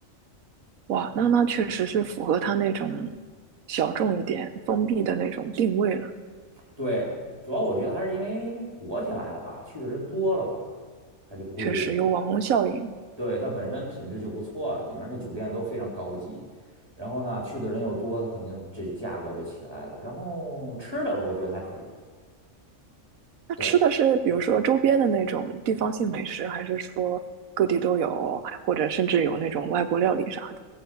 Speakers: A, on the right (about 85°); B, on the right (about 20°).
A: 哇，那那确实是符合他那种小众一点、封闭的那种定位了，
B: 对，主要我觉得还是因为火起来了吧，去的人多了吧，它就贵了。
A: 确实有网红效应。
B: 对，它本身品质就不错啊，里面那酒店都非常高级，然后呢，去的人又多，它肯定这价格就起来了。然后吃的我觉得还可以，
A: 那吃的是比如说周边的那种地方性美食，
B: 对，
A: 还是说各地都有，还或者甚至有那种外国料理啥的？